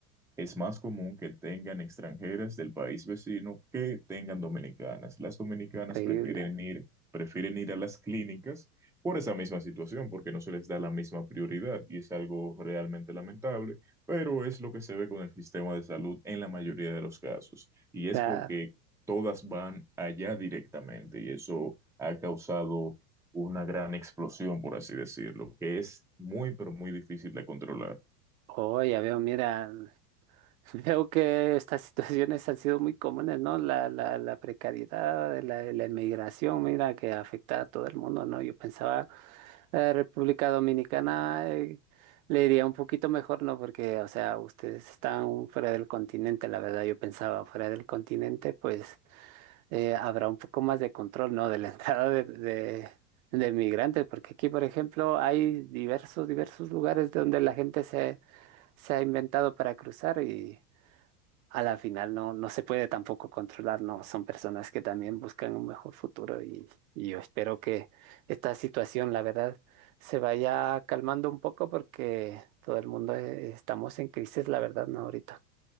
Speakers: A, in the centre; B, on the right (about 60°).
A: es más común que tengan extranjeras del país vecino que tengan dominicanas. Las dominicanas
B: increíble.
A: prefieren ir, prefieren ir a las clínicas por esa misma situación, porque no se les da la misma prioridad y es algo realmente lamentable, pero es lo que se ve con el sistema de salud en la mayoría de los casos. Y es
B: O sea,
A: porque todas van allá directamente y eso ha causado una gran explosión, por así decirlo, que es muy, pero muy difícil de controlar.
B: oh, ya veo, mira, <laughs> veo que estas situaciones han sido muy comunes, ¿no? La, la, la precariedad, la, la inmigración, mira, que afecta a todo el mundo, ¿no? Yo pensaba, la República Dominicana, eh, le iría un poquito mejor, ¿no? Porque, o sea, ustedes están fuera del continente, la verdad, yo pensaba, fuera del continente, pues... eh, habrá un poco más de control, ¿no? De la <laughs> entrada de, de, de migrantes, porque aquí, por ejemplo, hay diversos, diversos lugares donde la gente se, se ha inventado para cruzar y a la final no, no se puede tampoco controlar, ¿no? Son personas que también buscan un mejor futuro y, y yo espero que esta situación, la verdad, se vaya calmando un poco porque todo el mundo eh, estamos en crisis, la verdad, ¿no? Ahorita.